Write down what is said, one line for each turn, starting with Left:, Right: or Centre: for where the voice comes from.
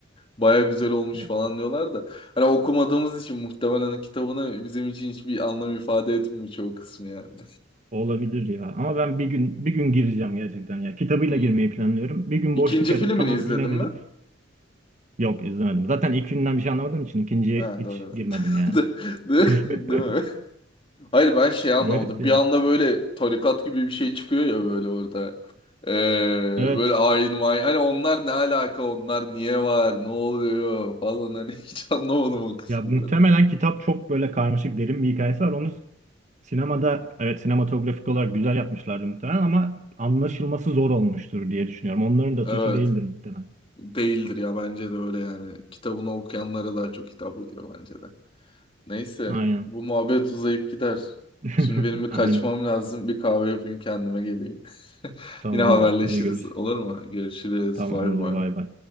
Left: Baya güzel olmuş
Right: Ya,
Left: falan diyorlar da. Hani okumadığımız için muhtemelen hani kitabını bizim için hiçbir anlam ifade etmiyor çoğu kısmı yani.
Right: Olabilir ya. Ama ben bir gün bir gün gireceğim gerçekten ya. Kitabıyla
Left: Hmm.
Right: girmeyi planlıyorum. Bir gün
Left: İkinci
Right: boşluk arayıp
Left: filmini
Right: tamam
Left: izledin
Right: yine
Left: mi?
Right: dedim. Yok izlemedim. Zaten ilk günden bir şey anlamadığım için ikinciye
Left: Ha
Right: hiç
Left: doğru.
Right: girmedim
Left: <laughs>
Right: yani.
Left: Değil, değil
Right: <laughs>
Left: değil mi? Hayır ben şey anlamadım.
Right: Garip yani.
Left: Bir anda böyle tarikat gibi bir şey çıkıyor ya böyle orada. Ee,
Right: Evet.
Left: böyle ayin mayin. Hani onlar ne alaka? Onlar niye var? Ne oluyor? Falan hani <laughs> hiç anlamadım o kısmı
Right: Ya muhtemelen
Left: zaten.
Right: kitap çok böyle karmaşık derin bir hikayesi var. Onu sinemada evet sinematografik olarak güzel yapmışlardı muhtemelen ama anlaşılması zor olmuştur diye düşünüyorum. Onların da
Left: Evet.
Right: suçu değildir muhtemelen.
Left: Değildir ya bence de öyle yani. Kitabını okuyanlara daha çok hitap ediyor bence de. Neyse
Right: Aynen.
Left: bu muhabbet uzayıp gider.
Right: <laughs>
Left: Şimdi benim bir
Right: Aynen.
Left: kaçmam lazım. Bir kahve yapayım kendime geleyim. <laughs>
Right: Tamamdır.
Left: Yine haberleşiriz
Right: Hadi görüş.
Left: olur mu? Görüşürüz.
Right: Tamamdır.
Left: Bay bay.
Right: Bay bay.